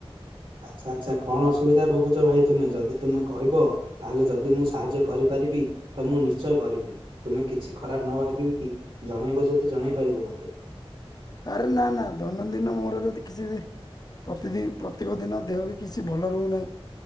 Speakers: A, on the right (about 65°); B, on the left (about 40°).
A: ହ ଆଚ୍ଛା ଆଚ୍ଛା କଣ ଅସୁବିଧା ଭୋଗୁଛ ଭାଇ ତୁମେ ଯଦି ତୁମେ କହିବ ତାହେଲେ ଯଦି ମୁଁ ସାହାଯ୍ୟ କରିପା ରିପାରିବି ତ ମୁଁ ନିଶ୍ଚୟ କରିବି ତୁମେ କିଛି ଖରାପ ନ ଭାବିବି କି ଜଣେଇବ ଯଦି ଜଣେଇ ପାରିବ ମତେ।
B: ଆରେ ନା ନା ଦୈନନ୍ଦିନ ମୋର ଯଦି କିଛି ପ୍ରତିଦି ପ୍ରତ୍ୟେକ ଦିନ ଦେହ ବି କିଛି ଭଲ ରହୁନାହିଁ